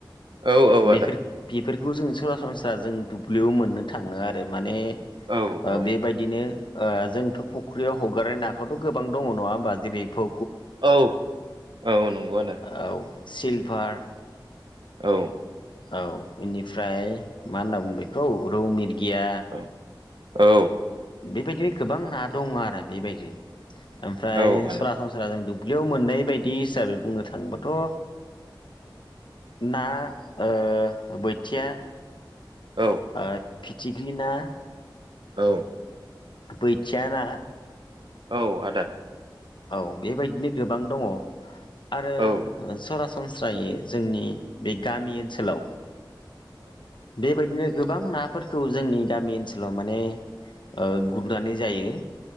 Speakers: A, on the right; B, on the left.
A: औ औ आदा।
B: बेफोर बेफोरखौ जों सरासनस्रा जों दुब्लियाव मोननो थाङो आरो माने।
A: औ औ
B: बेबायदिनो। ओ जोंथ फुख्रियाव हगारनाय नाखौथ गोबां दङ नङा होमबा जेरै फौ
A: औ औ नंगौ आदा।
B: औ सिलभार।
A: औ।
B: औ बेनिफ्राय मा होनना बुंङो बेखौ रौ मिर गिया।
A: औ औ।
B: बेबायदिनो गोबां ना दङ आरो बेबायदि। ओमफ्राय
A: औ आदा
B: सरासनस्रा जों दुब दुब्लियाव मोननाय बायदि हिसाबै बुंनो थाङोबाथ ओ ना ओ बोथिया।
A: औ
B: ओ। फिथिख्रि ना।
A: औ।
B: बैथिया ना।
A: औ आदा।
B: औ बेबायदिनो गोबां दङ। आरो सरासनस्रा
A: औ आदा औ
B: सरासनस्रायै जोंनि बे गामि ओनसोलाव। बेबायदिनो। गोबां नाफोरखौ जोंनि गामि ओनसोलाव माने ओ गुरनानै जायो